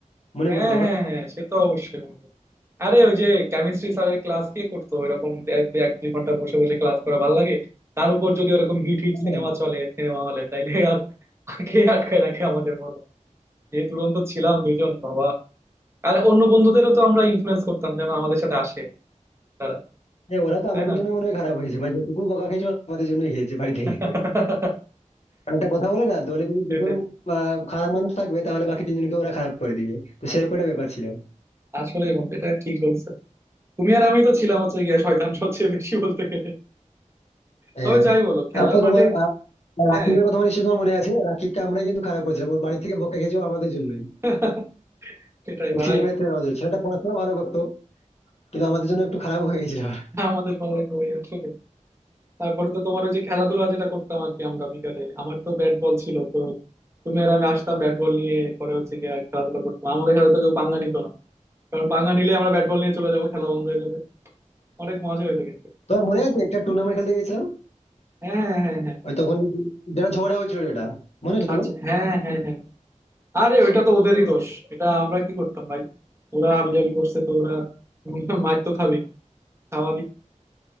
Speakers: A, on the left (about 55°); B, on the right (about 20°).
A: মনে
B: হ্যাঁ
A: পড়ে তোমার
B: হ্যাঁ হ্যাঁ সে তো অবশ্যই বন্ধু আরে ওই যে কেমিস্ট্রি স্যারের ক্লাস কে করতো এরকম এক দুই এক দুই ঘন্টা বসে বসে ক্লাস করা ভালো লাগে তার উপর যদি ওরকম হিট হিট
A: হ্যাঁ
B: সিনেমা চলে সিনেমা হলে তাইলে আর কে আটকায় রাখে আমাদের বলো যে দুরন্ত ছিলাম দুজন বাবা আর অন্য বন্ধুদেরও তো আমরা ইনফ্লুয়েন্স করতাম যেন আমাদের সাথে আসে তারা
A: হ্যাঁ, ওরা তো
B: তাই
A: আমাদের
B: না
A: জন্য মনে হয় খারাপ হয়েছে মানে যেটুকু বকা খেয়েছে ওরা আমাদের জন্য হয়েছে বাড়ি থেকে
B: <laughs>
A: একটা কথা বলে না দলে যদি
B: সেটাই
A: দুজন আহ, খারাপ মানুষ থাকবে তাহলে বাকি তিনজনকে ওরা খারাপ করে দিবে তো সেরকম একটা ব্যাপার ছিল
B: আসলে বন্ধু এটা ঠিক বলছো তুমি আর আমি তো ছিলাম হচ্ছে গিয়া শয়তান সবচেয়ে বেশি বলতে গেলে
A: হ্যাঁ
B: তবে যাই বলো খেলার
A: তারপর
B: মাঠে
A: তোমার আর
B: হ্যাঁ
A: রাকিবের কথা নিশ্চয়ই তোমার মনে আছে রাকিবকে আমরাই কিন্তু খারাপ করেছিলাম ওর বাড়ি থেকে বকা খেয়েছে ও আমাদের জন্যই
B: <laughs> সেটাই
A: ওই
B: ভাই
A: সিনেমাতে রাজা ছেলেটা পড়াশোনা ভালো করতো কিন্তু আমাদের জন্য একটু খারাপ হয়ে গেছিল ওর।
B: আমাদের ভালো লাগবে ভাই আসলে তারপরে তো তোমার ওই যে খেলাধুলা যেটা করতাম আর কি আমরা বিকালে আমার তো ব্যাট বল ছিল তো তুমি আর আমি আসতাম ব্যাট বল নিয়ে পরে হচ্ছে গিয়ে খেলাধুলা করতাম আমাদের সাথে তো কেউ পাঙ্গা নিত না কারণ পাঙ্গা নিলে আমরা ব্যাট বল নিয়ে চলে যাবো খেলা বন্ধ হয়ে যাবে অনেক মজা হইতো কিন্তু
A: তোমার মনে
B: তাই
A: আছে
B: না?
A: একটা টুর্নামেন্ট খেলতে গেছিলাম
B: হ্যাঁ হ্যাঁ হ্যাঁ
A: ওই তখন যেটা ঝগড়া হয়েছিল যেটা মনে আছে
B: আচ্ছা
A: তোমার
B: হ্যাঁ হ্যাঁ হ্যাঁ আরে ওইটা তো ওদেরই দোষ এটা আমরা কি করতাম ভাই ওরা হাবিজাবি করছে তো ওরা <laughs> উম মার তো খাবি স্বাভাবিক